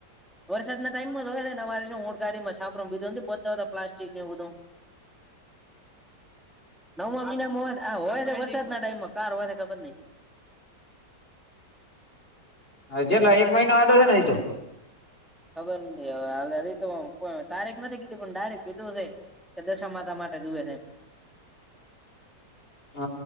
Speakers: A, in the centre; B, on the left (about 30°).
A: વરસાદ ના ટાઈમમાં જ હોય <unintelligible> પ્લાસ્ટિક નેવું બધું નવમા મહિનામાં હોય હોય વરસાદ ના ટાઈમમાં કાર હોય છે, ખબર નઈ
B: હ જેટલા એક મહિનો આડો છે, એતો
A: ખબર ની હવે હાલે તો તારીખ નથી કીધી પણ ડાયરેક કીધું છે. કે દશા માતા માટે જુએ છે.
B: હ